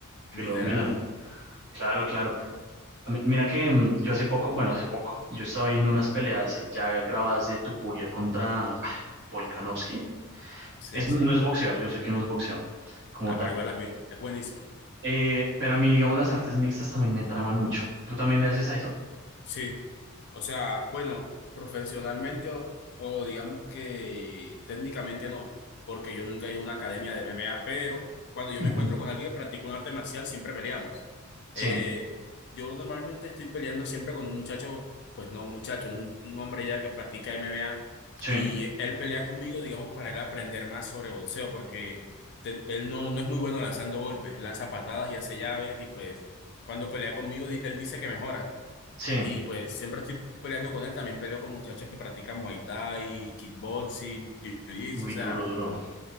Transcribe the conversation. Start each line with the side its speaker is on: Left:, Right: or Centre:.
Right: que
Left: Literal.
Right: lo domina. Claro, claro.
Left: una-
Right: Mi- Mira que mm, yo hace poco, bueno, hace poco, yo estaba viendo unas peleas eh, ya grabadas de Tupuria contra ah, Volkanovski.
Left: Sí,
Right: Es,
Left: sí.
Right: no es boxeo, yo sé que no es boxeo como
Left: Ah,
Right: tal.
Left: pero igual las vi. Es buenísimo.
Right: Eh, pero a mí, digamos, las artes mixtas también me traman mucho. ¿Tú también le haces a eso?
Left: Sí. O sea, bueno, profesionalmente o, o digamos que técnicamente no, porque yo nunca he ido a una academia de MMA, pero cuando yo
Right: Ujú.
Left: me encuentro con alguien que practica un arte marcial, siempre peleamos.
Right: Sí,
Left: Eh, yo normalmente estoy peleando siempre con un muchacho, pues no un muchacho, un, un hombre ya que practica MMA,
Right: sí,
Left: y él pelea conmigo, digamos, para él aprender más sobre boxeo, porque te- él no, no es muy bueno lanzando golpes, él lanza patadas y hace llaves, y pues cuando pelea conmigo, di- él dice que mejora.
Right: sí.
Left: Y pues siempre estoy peleando con él, también peleo con muchachos que practican Muay Thai, kickboxing, jiu-jitsu,
Right: Uy,
Left: o sea,
Right: duro, duro.